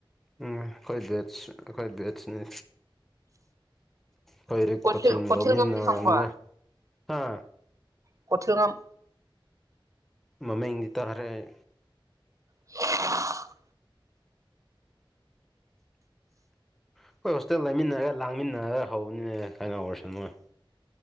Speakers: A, in the centre; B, on the right.
A: ꯎꯝ ꯑꯩꯈꯣꯏ ꯕꯦꯠꯁ ꯑꯩꯈꯣꯏ ꯕꯦꯠꯁꯅꯦ ꯈꯣꯏꯔꯤꯛ
B: ꯀꯣꯊꯤꯜ
A: ꯀꯣꯆꯤꯡ
B: ꯀꯣꯊꯤꯜꯉꯝꯗꯤ
A: ꯂꯧꯃꯤꯟꯅꯕꯅꯦ
B: ꯈꯪꯕ꯭ꯔꯣ
A: ꯍꯥ
B: ꯀꯣꯊꯤꯜꯉꯝ
A: ꯃꯃꯤꯡꯗꯤ ꯇꯥꯥꯔꯦ ꯑꯩ
B: <inaudible>
A: ꯑꯩꯈꯣꯏ ꯍꯣꯁꯇꯦꯜ ꯂꯩꯃꯤꯟꯅꯔꯒ ꯂꯥꯡꯃꯤꯟꯅꯔꯒ ꯍꯧꯕꯅꯦ ꯀꯥꯏꯅ ꯑꯣꯕꯔꯁꯟ ꯍꯣꯏ